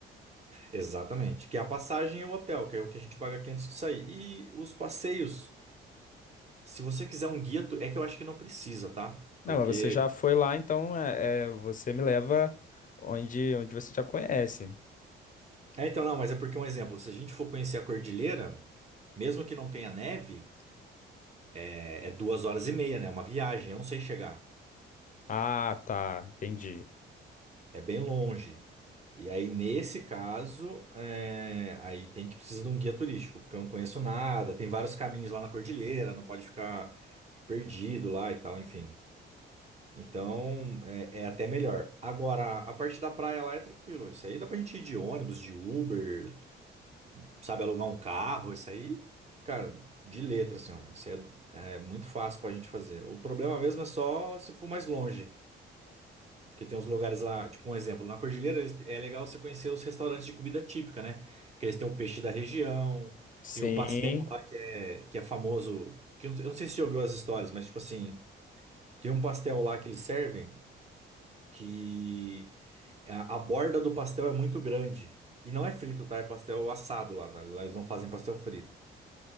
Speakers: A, on the right; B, on the left.
A: Exatamente. Que é a passagem e o hotel, que é o que a gente paga aqui antes de sair. E os passeios, se você quiser um guia, tu- é que eu acho que não precisa, tá?
B: Não,
A: Porque
B: mas você já foi lá, então é, é, você me leva onde, onde você já conhece.
A: É, então, não, mas é porque um exemplo, se a gente for conhecer a cordilheira, mesmo que não tenha neve, é, é duas horas e meia, né? É uma viagem, eu não sei chegar.
B: Ah, tá, entendi.
A: É bem longe. E aí, nesse caso, é, aí tem que precisar de um guia turístico, porque eu não conheço nada, tem vários caminhos lá na cordilheira, não pode ficar perdido lá e tal, enfim. Então, é, é até melhor. Agora, a parte da praia lá é tranquilo. Isso aí dá pra gente ir de ônibus, de Uber, sabe, alugar um carro, isso aí, cara, de letra, assim, ó, isso aí é, é muito fácil pra gente fazer. O problema mesmo é só se for mais longe, porque tem uns lugares lá, tipo um exemplo, na Cordilheira eles- é legal você conhecer os restaurantes de comida típica, né? Que eles têm o peixe da região,
B: Sim,
A: tem o pastel lá que é, que é famoso, que eu não eu não sei se você já ouviu as histórias, mas tipo assim, tem um pastel lá que eles servem que a a borda do pastel é muito grande. E não é frito, tá? É pastel assado lá, tá? Lá eles não fazem pastel frito.